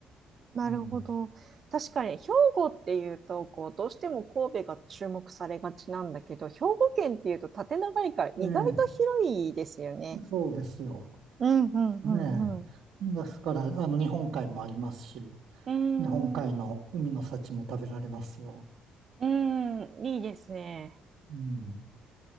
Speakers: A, on the right (about 45°); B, on the right (about 75°).
A: なるほど。
B: うん。
A: 確かに兵庫っていうとこうどうしても神戸が注目されがちなんだけど兵庫県っていうと縦長いから意外と広いですよね。
B: ええそうですよ。
A: うんうんうん
B: ねえ。ですから、あの、日本海もありますし、
A: うーん、
B: 日本海の海の幸も食べられますよ。
A: うーん、いいですね。
B: うん。